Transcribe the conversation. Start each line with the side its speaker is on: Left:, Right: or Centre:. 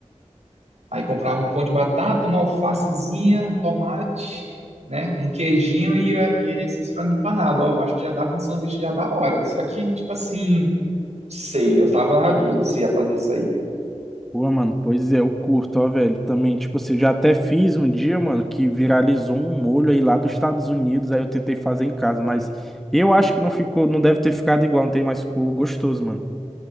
Right: Aí comprar um pão de batata, uma alfacezinha, um tomate, né? Um queijinho e, e esses frango empanado. Ó, eu acho que já dava um sanduíche já da hora. Só que, tipo assim, não sei, eu tava na dúvida se ia fazer isso aí.
Centre: Pô, mano, pois é, eu curto, ó, velho. Também, tipo assim, eu já até fiz um dia, mano, que viralizou um molho aí lá dos Estados Unidos, aí eu tentei fazer em casa, mas eu acho que não ficou, não deve ter ficado igual, não tem mais ficou gostoso, mano.